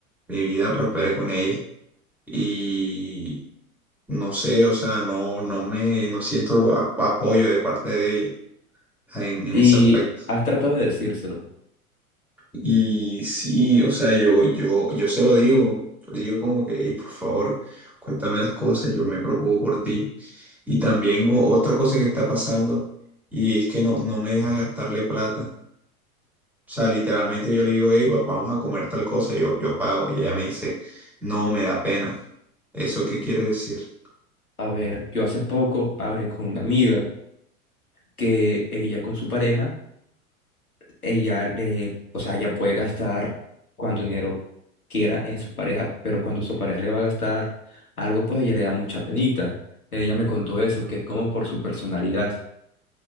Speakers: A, in the centre; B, on the left.
A: mi vida prospere con ella. Y no sé, o sea, no, no me, no siento ap- apoyo de parte de ella en en
B: Y
A: ese aspecto.
B: has tratado de decírselo.
A: Y sí, o sea, yo, yo, yo se lo digo, le digo como que, "Ey, por favor, cuéntame las cosas, yo me preocupo por ti. Y también o- otra cosa que está pasando, y es que no, no me deja gastarle plata. O sea, literalmente yo le digo, hey, vamos a comer tal cosa, yo, yo pago. Y ella me dice, no, me da pena. ¿Eso qué quiere decir?
B: A ver, yo hace poco hablé con una amiga que ella con su pareja, ella le, o sea, ella puede gastar cuánto dinero quiera en su pareja, pero cuando su pareja le va a gastar algo, pues ella le da mucha penita. Ella me contó eso, que es como por su personalidad.